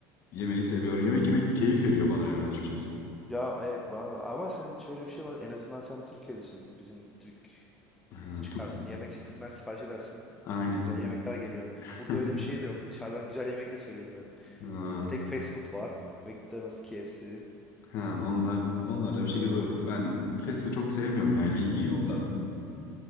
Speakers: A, on the left; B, in the centre.
A: yemeği seviyorum. Yemek yemek keyif veriyor bana ya açıkçası.
B: Ya evet bana da ama senin şöyle bir şey var en azından sen Türkiye'desin. Bizim Türk
A: Ha,
B: çıkarsın
A: tur
B: yemek sepetinden sipariş edersin.
A: Aynen.
B: Çok güzel yemekler geliyor.
A: <laughs>
B: Burada öyle bir şey de yok. Dışarıdan güzel yemek de söyleyemiyorum.
A: Ha,
B: Bir tek fast food var. McDonald's, KFC.
A: ha, onlar onlarla bir şekilde oluyor. Ben fast'ı çok sevmiyorum yani. Yani yiyorum da